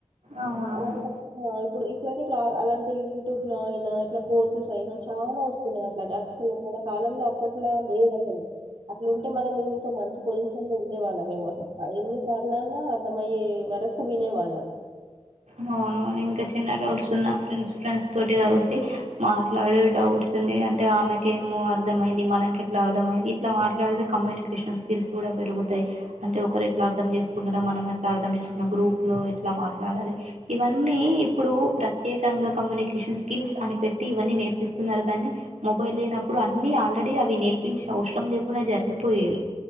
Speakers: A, on the right; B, on the right.
A: అవునవును
B: అలాంటప్ ఆ ఇప్పుడు ఇప్పుడైతే క్లా అలాంటి యూట్యూబ్ లో అయినా ఇట్లా కోర్సెస్ అయినా చాలా వస్తున్నాయి అట్లాట్ అసలు మన కాలంలో అప్పట్లా లేవు అసలు అట్లుంటే మనం ఇంకా మంచి పొజిషన్ లో ఉండే వాళ్ళం మేము అసలు ఎన్నిసార్లు వినాలా అర్ధమైయే వరకు వినే వాళ్ళం
A: నో నో ఇంకా చిన్న డౌట్స్ ఉన్నా ఫ్రెండ్స్ ఫ్రెండ్స్ తోటి కలిసి మాట్లాడే డౌట్స్ ఉంది అంటే ఆమెకి ఏమో అర్థమయింది మనకి ఇట్లా అర్థమైంది ఇట్లా మాట్లాడితే కమునికేషన్ స్కిల్స్ కూడా పెరుగుతాయి అంటే ఒకరు ఎట్లా అర్ధం చేస్త కొంటున్నాం మనం ఎట్లా అర్థం చేసుకున్న గ్రూప్ లో ఎట్లా మాట్లాడాలి ఇవన్ని ఇప్పుడు ప్రతి ప్రత్యేకంగా కమ్యూనికేషన్ స్కిల్స్ అని పెట్టి ఇవన్ని నేర్పిస్తున్నారు కానీ మొబైల్ లేనప్పుడు అన్ని ఆల్రెడీ అవి నేర్పించిన్న అవసరం లేకుండా జరిగిపోయేవి